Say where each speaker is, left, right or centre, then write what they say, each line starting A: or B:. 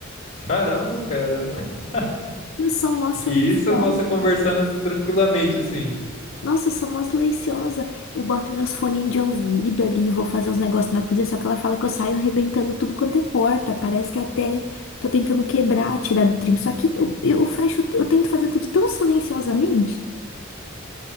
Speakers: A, on the left; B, on the left.
A: caramba, cara. <laughs>
B: Eu sou mó silenciosa.
A: E isso você conversando assim, tranquilamente assim.
B: Nossa, eu sou mó silenciosa. Eu boto meus foninhos de ouvido ali, vou fazer os negócios na cozinha, só que ela fala que eu saio arrebentando tudo quanto é porta. Parece que até tô tentando quebrar, tirar do trinco. Só que eu, eu fecho, eu tento fazer tudo tão silenciosamente.